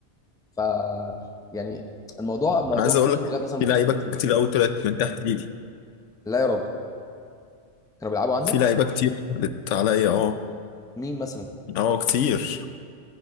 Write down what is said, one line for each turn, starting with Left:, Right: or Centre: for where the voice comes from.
Centre: ف يعني الموضوع الموضوع
Left: انا عايز
Centre: فيه
Left: اقول لك
Centre: وجهات نظر مختلفه
Left: في لعيبه
Centre: كتير
Left: كتير قوي طلعت من تحت ايدي
Centre: لا يا راجل كانوا بيلعبوا عندك
Left: في لعيبه كتير عدت عليا اه
Centre: مين مثلا
Left: اه كتير